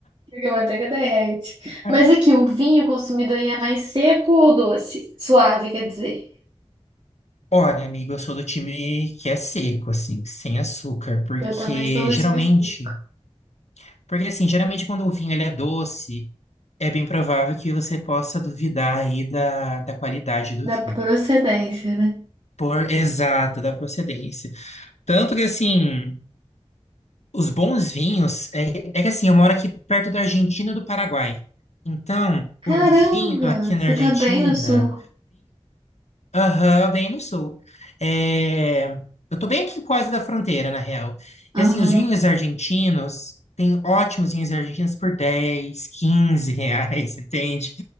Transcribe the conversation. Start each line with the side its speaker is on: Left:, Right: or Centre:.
Right: Porque a manteiga derrete.
Left: <laughs>
Right: Mas aqui, o vinho consumido aí é mais seco ou doce? Suave, quer dizer.
Left: Olha, amigo, eu sou do time que é seco, assim, sem açúcar, porque
Right: Eu também sou do
Left: geralmente,
Right: time sul.
Left: porque assim, geralmente quando o vinho ele é doce, é bem provável que você possa duvidar aí da, da qualidade do
Right: Da
Left: vinho,
Right: procedência, né?
Left: por exato, da procedência. Tanto que assim, os bons vinhos, é, é que assim, eu moro aqui perto da Argentina e do Paraguai. Então,
Right: Caramba,
Left: o vinho aqui na
Right: você
Left: Argentina,
Right: tá bem no sul.
Left: Aham, bem no sul. É, Eu tô bem aqui quase da fronteira, na real.
Right: Aham.
Left: E assim, os vinhos argentinos, tem ótimos vinhos argentinos por 10, 15 reais, <laughs> entende?